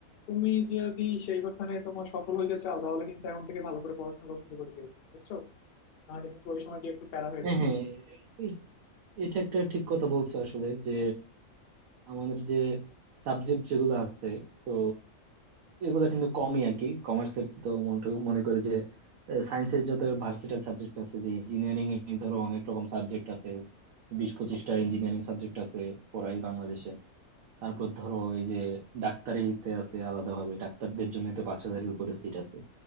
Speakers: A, on the left; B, on the right.
A: তুমি যদি সেইখানে তোমার সফল হইতে চাও তাহলে কিন্তু এখন থেকে ভালো করে পড়াশোনা করা শুরু করে দিও বুঝছো নাহলে কিন্তু ওই সময় গিয়ে একটু প্যারা হয়ে
B: হ্যাঁ
A: যাবে
B: হ্যাঁ
A: হ্যাঁ কিন্তু
B: এ- এটা একটা ঠিক কথা বলছো আসলে যে আমাদের যে সাবজেক্ট যেগুলো আছে তো এগুলা কিন্তু কমই আর কি কমার্সের তো মনে মনে করে যে সায়েন্সের যত ভার্সেটাইল সাবজেক্ট আছে যে ইঞ্জিনিয়ারিং এ ধরো অনেক রকম সাবজেক্ট আছে বিশ পঁচিশটা ইঞ্জিনিয়ারিং সাবজেক্ট আছে পড়াই বাংলাদেশে তারপর ধরো এই যে ডাক্তারিতে আছে আলাদাভাবে ডাক্তারদের জন্য তো পাঁচ হাজারের উপরে সিট আছে